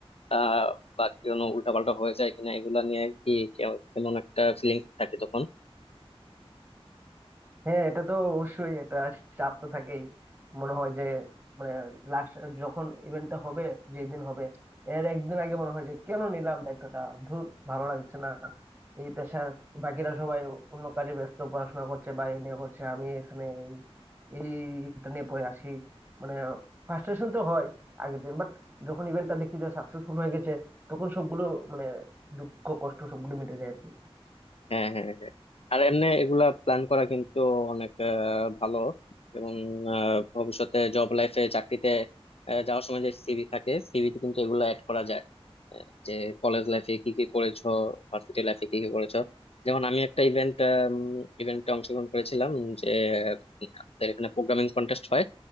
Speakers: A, on the left; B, on the right.
A: আহ বা কোনো উল্টাপাল্টা হয়ে যায় কিনা এগুলা নিয়ে কি কে- কেমন একটা ফিলিংস থাকে তখন
B: হ্যাঁ এটা তো অবশ্যই একটা চাপ তো থাকেই মনে হয় যে মানে লাস্ট যখন ইভেন্টটা হবে যেদিন হবে এর একদিন আগে মনে হয় যে কেন নিলাম দায়িত্বটা ধুর ভালো লাগছে না এই পেশার বাকিরা সবাই অন্য কাজে ব্যস্ত পড়াশোনা করছে বা এ নিয়ে করছে আমি এখানে এই এই এটা নিয়ে পড়ে আসি মানে ফ্রাস্ট্রেশন তো হয় আগের দিন বাট যখন ইভেন্টটা দেখি যে সাকসেসফুল হয়ে গেছে তখন সবগুলো মানে দুঃখ কষ্ট সবগুলো মিটে যায় আর কি
A: হ্যাঁ হ্যাঁ হ্যাঁ আর এমনি এগুলা প্ল্যান করা কিন্তু অনেক আহ, ভালো এবং আহ, ভবিষ্যতে জব লাইফে চাকরিতে আহ, যাওয়ার সময় যে সিভি থাকে সিভিতে কিন্তু এগুলা অ্যাড করা যায় আহ, যে কলেজ লাইফে কি কি করেছো ভার্সিটি লাইফে কি কি করেছো যেমন আমি একটা ইভেন্ট ইভেন্টে অংশগ্রহণ করেছিলাম যে উম, আমাদের এখানে প্রোগ্রামিং কন্টেস্ট হয়